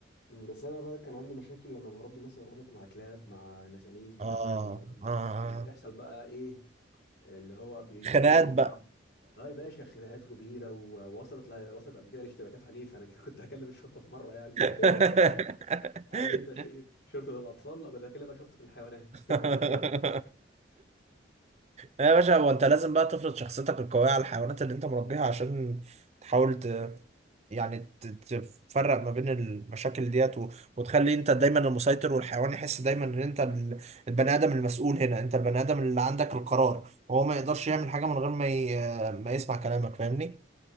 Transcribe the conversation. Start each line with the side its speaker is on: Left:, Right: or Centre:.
Left: مم، بس انا بقى كان عندي مشاكل لما بربي مثلا قطط مع كلاب مع نسانيس مع
Right: آه
Left: كده ما-
Right: آه آه.
Left: كان بيحصل بقى ايه اللي هو بيغيروا
Right: خناقات
Left: من
Right: بقى
Left: بعض اه يا باشا خناقات وغيره و- ووصلت ل... وصلت قبل كده لاشتباكات عنيفه انا <laughs> كنت هكلم الشرطه في مره يعني
Right: <laughs>
Left: <laughs> عارف انت ش... شرطه الاطفال او كنت هكلمها شرطه الحيوانات
Right: <laughs>
Left: <laughs>
Right: لا يا باشا هو انت لازم بقى تفرض شخصيتك القوية على الحيوانات اللي انت مربيها عشان تحاول ت... يعني ت- تفرق ما بين المشاكل ديت و... وتخلي انت دايما المسيطر والحيوان يحس دايما ان انت ال- البني ادم المسؤول هنا انت البني ادم اللي عندك القرار وهو ما يقدرش يعمل حاجة من غير ما ي... ما يسمع كلامك فاهمني